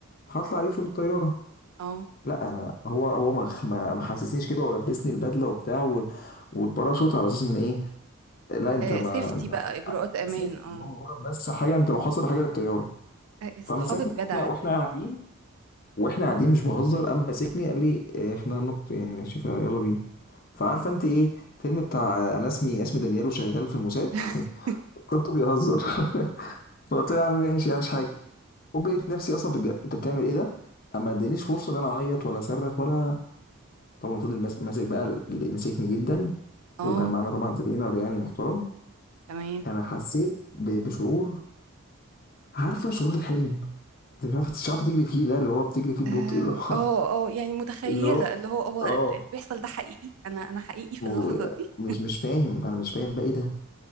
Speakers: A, on the left (about 40°); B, on the right (about 80°).
A: هطلع الف بالطياره
B: اه
A: لا انا هو هو ما ما ما حسسنيش كده ولبسني البدله وبتاع و- والباراشوت على اساس ان ايه لا انت ما
B: سيفتي
A: انت
B: بقى اجراءات امان
A: اسفت
B: اه
A: اللي هو مجرد بس حاجه انت لو حصل حاجه للطياره
B: آه، اصحاب
A: فمسكني
B: الجدع
A: واحنا واحنا
B: دي
A: قاعدين واحنا قاعدين مش بهزر قام ماسكني قال لي آه، احنا هننط يعني ماشي فيلا بينا فعارفه انت ايه فيلم بتاع آه، انا اسمي اسمي دانيال وشغال في الموساد
B: <laughs>
A: <laughs> فكرته بيهزر <laughs> فقلت له يا عم ماشي يا عم مش حاجه وبقيت نفسي اصلا في الجا انت بتعمل ايه ده اما ادانيش فرصه ان انا اعيط ولا اصرخ ولا طبعا فضل ماس- ماسك بقى اللي مسكني جدا
B: اه
A: وكان معانا طبعا ترينر يعني محترم
B: تمام
A: انا حسيت ب- بشعور عارفه شعور الحلم اللي مش عارفه مش عارفه تجري فيه ده اللي هو بتجري فيه ببطء
B: أم،
A: اللي هو
B: اه اه يعني متخيلة
A: <laughs> اللي هو
B: اللي هو هو
A: اه
B: اللي بيحصل ده حقيقي انا انا حقيقي في
A: و-
B: اللحظة دي
A: مش مش فاهم انا مش فاهم بقى ايه ده